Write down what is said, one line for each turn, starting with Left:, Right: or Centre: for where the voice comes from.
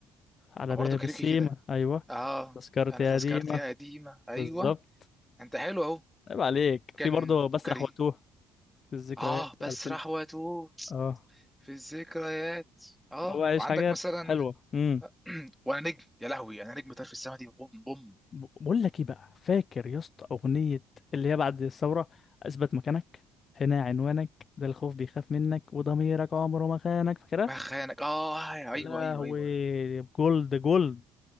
Left: على
Centre: برضه
Left: باب
Centre: كاريوكي
Left: السيما
Centre: كده
Left: ايوه
Centre: اه
Left: تذكرتي
Centre: انا
Left: يا
Centre: تذكرتي
Left: ديما
Centre: قديمه ايوه
Left: بالظبط
Centre: انت حلو اهو
Left: عيب عليك
Centre: كان
Left: في برضه بسرح
Centre: وكري
Left: واتوه في الذكريات
Centre: اه بس
Left: 2000
Centre: راح واتوه
Left: اه
Centre: في الذكريات اه
Left: هو عايش
Centre: وعندك
Left: حاجات
Centre: مثلا
Left: حلوه امم
Centre: <clears throat> وانا نجم يا لهوي انا نجم طرف السما دي بوم بوم
Left: ب- بقول لك ايه بقى فاكر يا اسطى اغنيه اللي هي بعد الثوره اثبت مكانك هنا عنوانك ده الخوف بيخاف منك وضميرك عمره ما خانك فاكرها
Centre: ما خانك اه آه، ايوه
Left: يا لهوي
Centre: ايوه ايوه
Left: جولد جولد